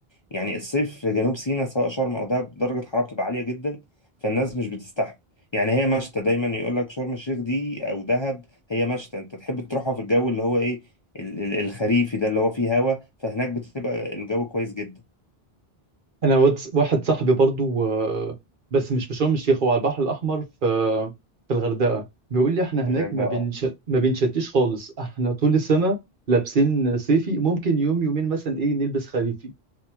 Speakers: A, on the left; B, on the right.
A: يعني الصيف في جنوب سيناء سواء شرم أو دهب درجة حرارة بتبقى عالية جدا فالناس مش بتستحمل يعني هي مشتى دايما يقول لك شرم الشيخ دي أو دهب هي مشتى أنت تحب تروحها في الجو اللي هو إيه ال- ال- الخريفي ده اللي هو فيه هوا فهناك بتبقى الجو كويس جدا
B: انا ود- واحد صاحبي برضو آه، بس مش في شرم الشيخ هو على البحر الاحمر في في الغردقه بيقول لي احنا
A: غير
B: هناك ما
A: ده اه
B: بنش... ما بنشتيش خالص احنا طول السنه لابسين صيفي ممكن يوم يومين مثلا ايه نلبس خريفي